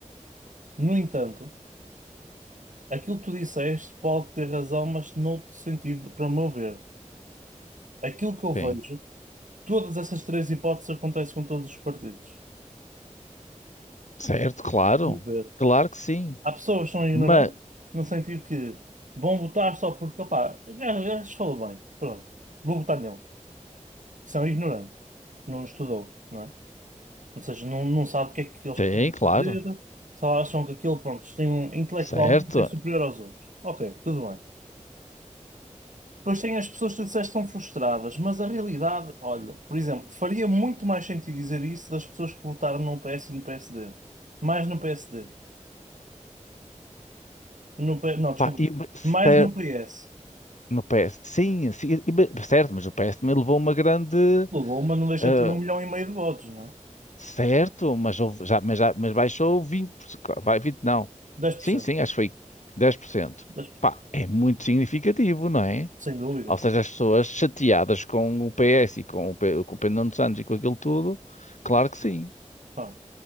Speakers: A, on the right; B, on the left.
A: No entanto, aquilo que tu disseste pode ter razão, mas noutro sentido, para o meu ver. Aquilo que eu vejo,
B: Sim.
A: todas essas três hipóteses acontecem com todos os partidos.
B: Certo, claro.
A: No meu ver.
B: Claro que sim.
A: Há pessoas que são ignorantes,
B: Mas,
A: no sentido que vão votar só porque, opá, o gajo o gajo falou bem, pronto, vou votar nele. São ignorantes, não estudou, não é? Ou seja, não, não sabe o que é que eles
B: sim,
A: podem
B: claro.
A: fazer, só acham que aquilo, pronto, tem um, intelectualmente
B: Certo.
A: é superior aos outros. Ok, tudo bem. Depois tem as pessoas que tu disseste que estão frustradas, mas a realidade, olha, por exemplo, faria muito mais sentido dizer isso das pessoas que votaram no PS e no PSD. Mais no PSD. No, P- não, desculpa.
B: Pá, e,
A: Mais
B: cer-
A: no PS.
B: no PS, sim, sim, e- e- certo, mas o PS também levou uma grande.
A: O Luma não deixa
B: eh,
A: de ter um milhão e meio de votos, não é?
B: certo, mas, houve- já, mas, já, mas baixou 20%. Vai, 20 não.
A: dez
B: Sim,
A: por cento
B: sim, acho que foi 10%.
A: dez por cento.
B: Pá, é muito significativo, não é?
A: sem dúvida.
B: Ou
A: sem
B: seja, as pessoas chateadas com o PS e com o, P- com o Pedro Nuno Santos e com aquilo tudo, claro que sim.
A: dúvida.